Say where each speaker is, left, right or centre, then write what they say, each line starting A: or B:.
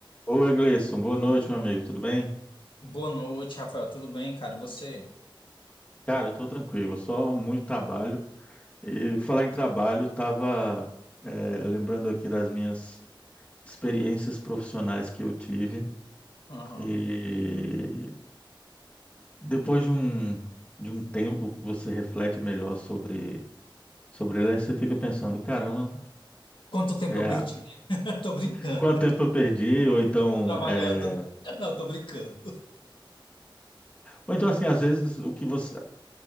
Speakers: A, on the left; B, on the left.
A: Oi, Gleison. Boa noite, meu amigo. Tudo bem?
B: Boa noite, Rafael. Tudo bem, cara? E você?
A: Cara, eu tô tranquilo, só muito trabalho. E falar em trabalho, eu tava eh, lembrando aqui das minhas experiências profissionais que eu tive.
B: Aham.
A: E depois de um, de um tempo, você reflete melhor sobre, sobre ela, e você fica pensando, caramba,
B: Quanto tempo
A: eh,
B: eu perdi, né? <laughs> Tô brincando.
A: quanto tempo eu perdi? Ou então,
B: Trabalhando.
A: eh,
B: Não, tô brincando.
A: ou então assim, às vezes o que você,